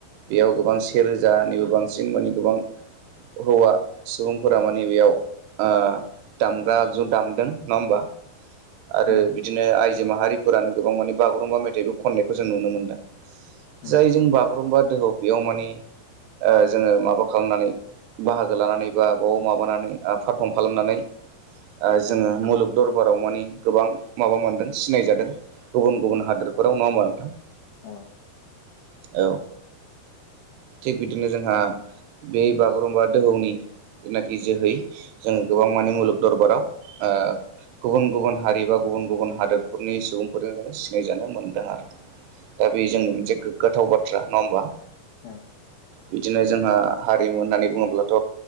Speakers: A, on the right; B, on the left.
A: बेयाव गोबां सेेरोजानिबो बांसिन माने गोबां हौवा सुबुंफोरा माने बेयाव ओ दामग्रा आगजु दामदों नङा होमबा आरो
B: उम
A: बिदिनो आइजो माहारिफोरानो गोबां माने बागुरुम्बा मेथाइबो खननायखौ जों नुनो मोनदों
B: औ
A: जाय जों बागुरुम्बा दोहौ बेयाव माने जोङो माबा खालामनानै बाहागो लानानै बा बाव माबानानै पारफर्म खालामनानै ओ जोङो मुलुग दरबाराव माने गोबां माबा मोनदों सिनायजादों गुबुन गुबुन
B: उम
A: हादोरफोराव नङा होमबा नोंथां
B: औ
A: औ थिग बिदिनो जोंहा बे बागुरुम्बा दोहौनि जेनाखि जोहै जों गोबां माने मुलुग दरबाराव गुबुन गुबुन गुबन हारि बा गुबुन गुबुन हादरफोरनि सुबुंफोरजों जोङो सिनायजानो मोन्दों आरो दा बे जोंनि मोनसे गोगगाथाव बाथ्रा नङा होमबा
B: औ
A: बिदिनो जोंहा हारिमु होननानै बुङोब्लाथ'